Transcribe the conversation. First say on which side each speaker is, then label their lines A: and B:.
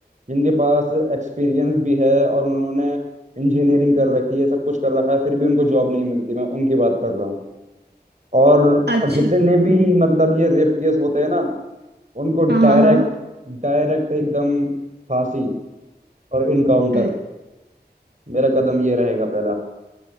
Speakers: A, on the right; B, on the right.
A: जिनके पास एक्सपीरियंस भी है और उन्होंने इंजीनियरिंग कर रखी है सब कुछ कर रखा है फिर भी उनको जॉब नहीं मिलती मैं उनकी बात कर रहा हूँ और
B: अच्छा
A: और जितने भी
B: हम्म,
A: मतलब ये रेप केस होते हैं ना उनको
B: हाँ हाँ
A: डायरेक्ट
B: हाँ
A: डायरेक्ट एकदम फांसी और इनकाउंटर
B: अ-
A: मेरा कदम ये रहेगा पहला